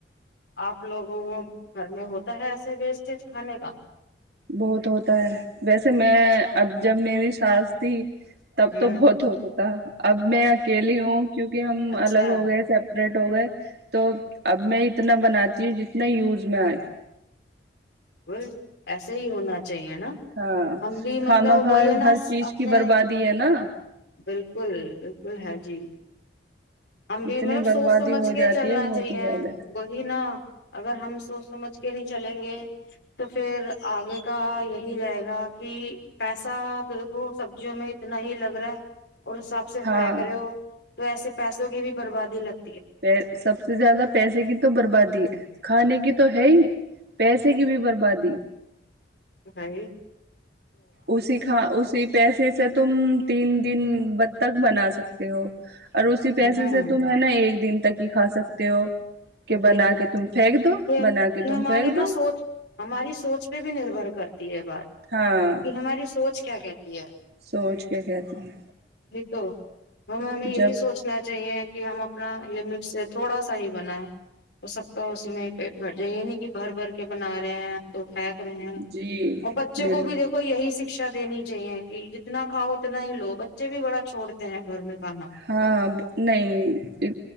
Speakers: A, on the left (about 70°); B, on the right (about 60°).
A: آپ لوگوں گھر میں ہوتا ہے ایسے ویسٹیج کھانے کا
B: بہت ہوتا ہے ویسے میں
A: اچھا
B: اب جب میری سس تھی
A: ہوں
B: تب تو بہت ہو گ ت ت اب میں اکیلی ہوں کیونکہ ہم
A: اچھا
B: الگ ہو گئے سپریٹ ہو گئے تو اب میں اتنا بناتی ہوں جتنے یوز میں آئے
A: بس ایسے ہی ہونا اہ نا
B: ہاں
A: ہم بھی
B: خامہ
A: مطلب
B: خواہ
A: وہی ہے نا
B: ہر چیز
A: اپنے
B: کی بربادی ہے نا
A: بالکل بالکل ہے جی ہم بھی
B: اتنی
A: مطلب
B: بربادی
A: سوچ سمجھ
B: ہو
A: کے
B: جاتی
A: چلنا
B: ہے بہت
A: چاہیے
B: ہی زیادہ
A: وہی نا اگر ہم سوچ سمجھ کے نہیں چلیں گے تو پھر آگے کا یہی رہے گا کہ پیسہ تو دیکھو سبزیوں میں اتنا ہی لگ رہا ہے اور حسب سےف
B: ہاں
A: کر ہو تو ایسے پیسوں کی بھی بربادی لگ
B: پ سب سے زیادہ پیسے کی تو بربادی ہے کھانے کی تو تو ہے ہی پیسے کی بھی بربادی
A: ہے
B: اسی کا اسی پیسے سےب تم تین دن بد تک بنا سکتے ہو اور اسی پیسے
A: ہاں
B: سے تم ہے نا ایک دن تک کھا سکتے ہو کہ
A: وہی
B: بنا
A: تو
B: کے تم پھینک دو
A: یہ
B: بنا کے
A: یہ
B: تم
A: ہماری
B: پھینک
A: نہا
B: دو
A: سوچ ہماری سوچ پہ بھی نربھر کر ہے بات
B: ہاں
A: لن ہماری سوچ کیا کہتی <inaudible>
B: سوچ کے کہتی ہیں
A: تو ہم ہمیں یہی
B: جب
A: سوچنا چاہیے کہ ہم اپنا لمٹ سے تھوڑا سا ہی بنائیں تو سب کا اسی میں پیٹ بھر جائے یہ نہیں کہ بھر بھر کے بنا رہے ہیں تو پھیک رہے ہیں
B: جی
A: اور بچوں
B: بالکل
A: کو بھی دیکھو یہی س شکشا دینی چاہیے کہ جتنا کھاؤ اتنا ہی لو بچے بھی بڑا چھوڑتے ہیں گھر میں کھانا
B: ہاں نہیں